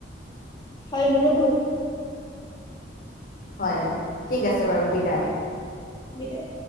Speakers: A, on the left; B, on the left.
A: হয় মোৰো বহুত
B: হয় ঠিক আছে বাৰু বিদায়
A: বিদায়